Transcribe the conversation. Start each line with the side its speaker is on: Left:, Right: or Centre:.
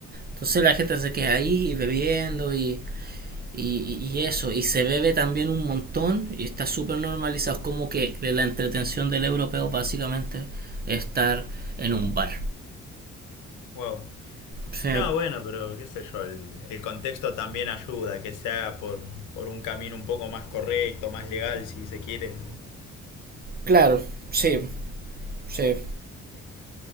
Right: Entonces la gente se queda ahí bebiendo y, y, y eso. Y se bebe también un montón y está súper normalizado. Es como que la entretención del europeo básicamente es estar en un bar.
Left: Wow.
Right: Sí.
Left: No, bueno, pero qué sé yo, el, el contexto también ayuda, que se haga por, por un camino un poco más correcto, más legal, si se quiere.
Right: Claro, sí, sí.